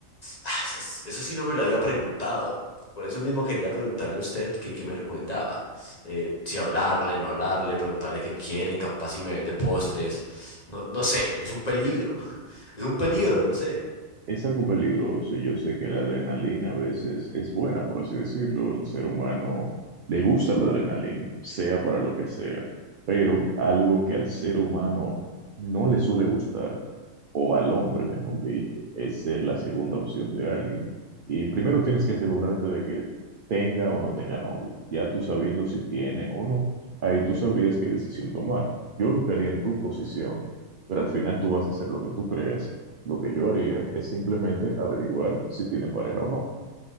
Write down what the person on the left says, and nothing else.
Ah, eso, es- eso sí no me lo había preguntado. Por eso mismo quería preguntarle a usted que qué me recomendaba. Eh, si hablarle, no hablarle, preguntarle qué quiere, capaz si me vende postres. No, no sé, es un peligro. <laughs> Es un peligro, no sé.